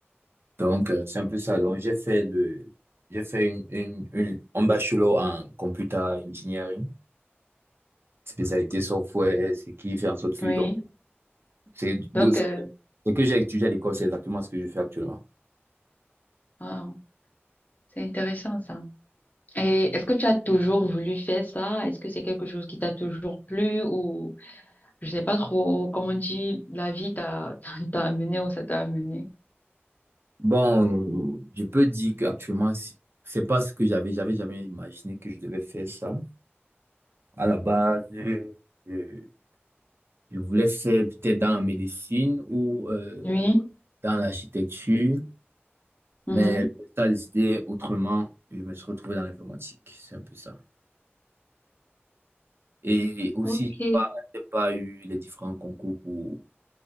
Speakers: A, on the right (about 60°); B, on the left (about 40°).
A: Donc, euh, c'est un peu ça. Donc, j'ai fait le, j'ai fait une, une, une- un bachelor en computer engineering, spécialité software, ce qui fait en sorte que,
B: oui.
A: donc, c'est, donc,
B: Donc,
A: ce
B: euh,
A: que j'ai étudié à l'école, c'est exactement ce que je fais actuellement.
B: wow, c'est intéressant ça. Et est-ce que tu as toujours voulu faire ça? Est-ce que c'est quelque chose qui t'a toujours plu ou je sais pas trop comment on dit, la vie t'a <laughs> t'a t'a amené où ça t'a amené?
A: Bon, je peux dire qu'actuellement, si- c'est pas ce que j'avais, j'avais jamais imaginé que je devais faire ça. À la base, je, je- je voulais faire peut-être dans la médecine ou euh,
B: Oui.
A: dans l'architecture,
B: mhm.
A: mais ça a décidé autrement. Je me suis retrouvé dans l'informatique, c'est un peu ça. Et aussi,
B: Ok.
A: j'ai pas, j'ai pas eu les différents concours pour,